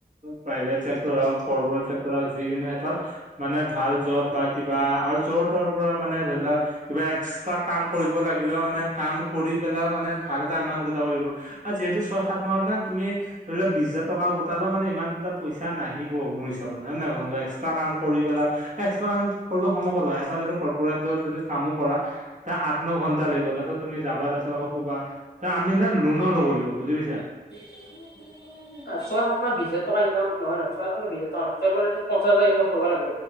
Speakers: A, on the right; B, on the left.
A: প্ৰাইভেট চেক্টৰ হওক কৰ্পৰেট চেক্টৰ হওক যিকিনি এটাত মানে ভাল জব বা কিবা আৰু যৰ তৰ পৰা মানে ধৰি লোৱা কিবা এক্সট্ৰা কাম কৰিব লাগিলেও মানে কাম কৰি পেলাইও মানে ভাল এটা এমান্ত গোটাব লাগিব। আৰু যিহেতু ছয় - সাত মাহত না তুমি ধৰি লোৱা বিশ হাজাৰ টকা গোটালে মানে ইমান এটা পইচা নাহিব মোৰ হিচাপত হয় নহয় কচোণ? টা কাম কৰি পেলাই এক্সট্ৰা কাম কৰিব সময় কত এটা যদি কৰ্পৰেট যবত যদি কামো কৰা তা আঠ, ন ঘণ্টা লাগিব তাৰপিছত তুমি যাবা তাৰপিছত আকৌ হুবা, আমি নহৈ লোণো ল'ব লাগিব বুজি পাইছা?
B: <unintelligible> ছয়- সাত মাহ বিচ হাজাৰ টকা ইনকাম নহয় ন। <unintelligible> বিশছ হাজৰ টকা <unintelligible> পঞ্চাছ হাজাৰ ইনকাম কৰিব লাগিব।